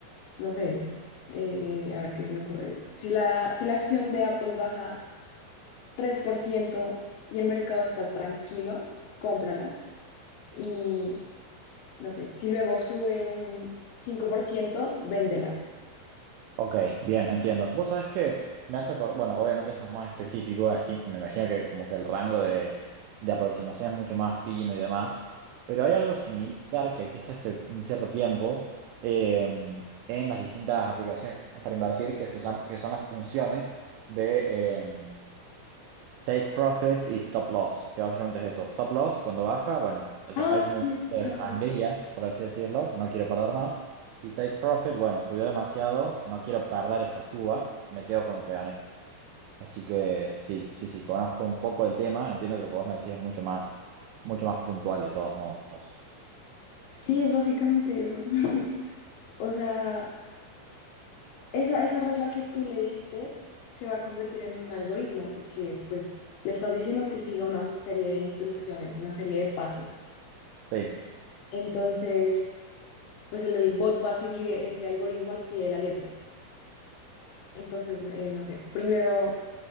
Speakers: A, on the left (about 75°); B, on the right (about 85°).
A: no sé, eh, a ver qué se me ocurre. Si la, si la acción de Apple baja 3% y el mercado está tranquilo, cómprala. Y, no sé, si luego sube un 5%, véndela.
B: Ok, bien, entiendo. Vos sabés que me hace acordar, bueno, obviamente esto es más específico, es ti- me imagino que como que el rango de, de aproximación es mucho más fino y demás, pero hay algo similar que existe hace un cierto tiempo eh, en las distintas aplicaciones para invertir que, se llama, que son las funciones de em, Take profit y stop loss, que básicamente es eso. Stop loss, cuando baja, bueno, o sea,
A: Ah,
B: hay como
A: sí,
B: un
A: he escuchado.
B: poco de sangría, por así decirlo, no quiero perder más. Y take profit, bueno, subió demasiado, no quiero perder esta suba, me quedo con lo que gané. Así que sí, sí, sí, conozco un poco el tema, entiendo que lo que vos me decís es mucho más, mucho más puntual de todos modos.
A: Sí, es básicamente eso. <laughs> O sea, esa, esa regla que tú le diste se va a convertir en un algoritmo porque pues le estás diciendo que siga una serie de instrucciones, una serie de pasos.
B: Sí,
A: Entonces, pues el, el bot va a seguir ese algoritmo al pie de la letra. Entonces, eh, no sé, primero